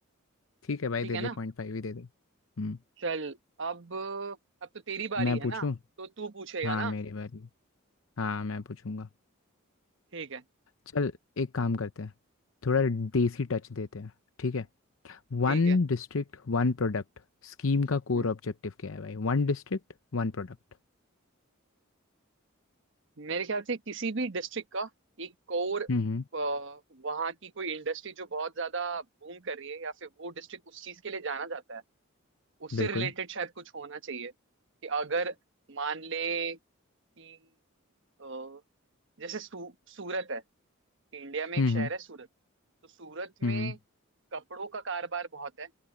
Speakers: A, on the left (about 70°); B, on the right (about 60°).
A: ठीक है भाई
B: ठीक
A: दे
B: है
A: दे
B: ना
A: पॉइंट फाइव ही दे दे हम्म
B: चल अब अब तो तेरी बारी
A: मैं
B: है
A: पूछूं
B: ना तो तू पूछेगा
A: हाँ
B: ना
A: मेरी बारी हाँ मैं पूछूंगा
B: ठीक है
A: चल एक काम करते हैं थोड़ा देसी टच देते हैं ठीक है One
B: ठीक है
A: district one product scheme का कोर
B: हम्म।
A: ऑब्जेक्टिव क्या है भाई वन डिस्ट्रिक्ट वन प्रोडक्ट
B: मेरे ख्याल से किसी भी डिस्ट्रिक्ट का एक कोर
A: हम्म
B: अ, वहाँ की कोई इंडस्ट्री जो बहुत ज्यादा बूम कर रही है या फिर वो डिस्ट्रिक्ट उस चीज के लिए जाना जाता है उससे
A: बिल्कुल
B: रिलेटेड शायद कुछ होना चाहिए कि अगर मान ले कि अ, जैसे सू, सूरत है इंडिया में
A: हम्म
B: एक शहर है सूरत तो सूरत में
A: हम्म
B: कपड़ों का कारोबार बहुत है